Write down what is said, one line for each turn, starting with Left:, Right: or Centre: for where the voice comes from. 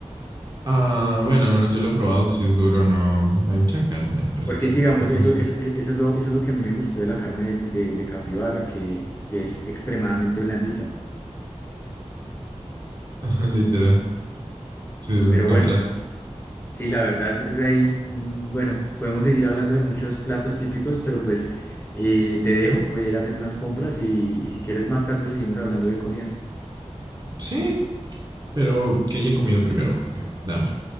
Right: Ah, bueno, al menos yo lo he probado, si es duro, no hay mucha carne, me parece.
Left: Porque es que, digamos,
Right: Entonces,
Left: eso, eso, e- eso es lo, eso es lo que a mí me gustó de la carne de, de, de capibara, que, que es extremadamente blandita.
Right: <laughs> literal, si el
Left: Pero
Right: contraste.
Left: bueno, sí, la verdad, pues ahí, mm, bueno, podemos seguir hablando de muchos platos típicos, pero pues eh, te dejo, voy a ir a hacer unas compras y, y si quieres más tarde seguimos hablando de comida.
Right: Sí, pero que haya comido primero, porque da hambre.